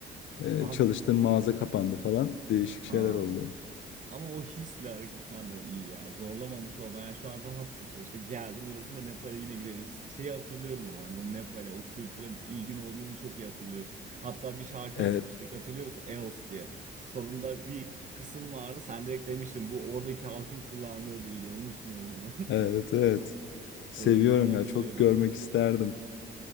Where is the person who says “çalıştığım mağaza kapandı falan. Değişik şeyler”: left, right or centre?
Left